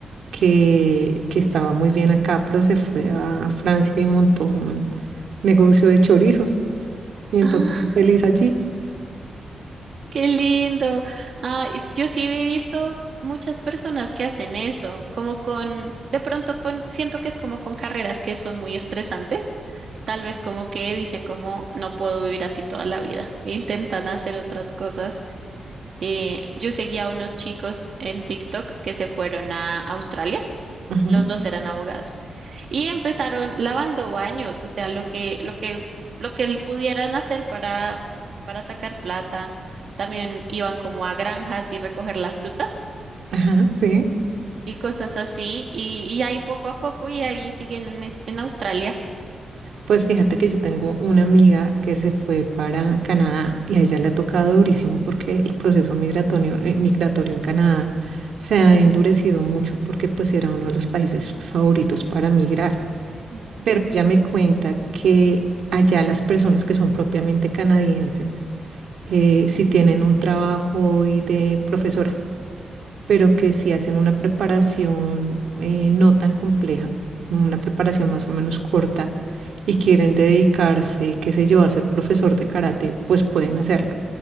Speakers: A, on the right (about 75°); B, on the right (about 50°).
A: que, que estaba muy bien acá, pero se fue a Francia y montó un negocio de chorizos y entonces
B: Ah, <laughs>
A: feliz allí.
B: qué lindo. Ah, es- yo sí he visto muchas personas que hacen eso, como con, de pronto con, siento que es como con carreras que son muy estresantes, tal vez como que dicen como no puedo vivir así toda la vida, e intentan hacer otras cosas. Eh, yo seguía a unos chicos en TikTok que se fueron a Australia
A: Ajá,
B: Los dos eran abogados. Y empezaron lavando baños, o sea, lo que, lo que, lo que l- pudieran hacer para, para sacar plata. También iban como a granjas y recoger la fruta
A: ajá, sí.
B: y cosas así. Y, y ahí poco a poco y ahí siguen en, en Australia.
A: Pues fíjate que yo tengo una amiga que se fue para Canadá y a ella le ha tocado durísimo porque el proceso migratorio, eh, migratorio en Canadá se ha endurecido mucho porque pues era uno de los países favoritos para migrar.
B: Ujú,
A: Pero ella me cuenta que allá las personas que son propiamente canadienses, eh, si tienen un trabajo y de profesora pero que si hacen una preparación eh, no tan compleja, una preparación más o menos corta y quieren dedicarse, qué sé yo, a ser profesor de karate, pues pueden hacerlo.